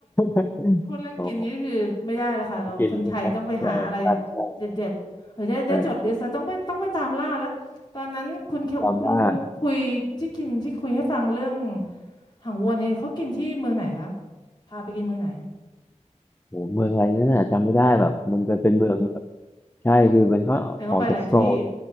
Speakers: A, on the left (about 15°); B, on the left (about 35°).
A: <laughs>
B: พูดเรื่องกินนี่คือไม่ได้นะคะเราคนไทยต้องไปหาอะไร
A: อ๋อ กินใช่ไหมใช่ใช่ใช่
B: เด็ดๆเฮ้ยได้ได้จดลิสต์แล้วต้องไปต้องไปตามล่าแล้วตอนนั้นคุณเคคุณคุ้งคุยที่กินที่คุยให้ฟังเรื่อง
A: ใช่จำว่า
B: หางวัวเนี่ยเขากินที่เมืองไหนคะพาไปกินเมืองไหน
A: โหเมืองอะไรนั่นน่ะจำไม่ได้แบบมันเป็นเป็นเมืองแบบใช่คือมันก็ออกจากโซน
B: แต่เขาไปหลายที่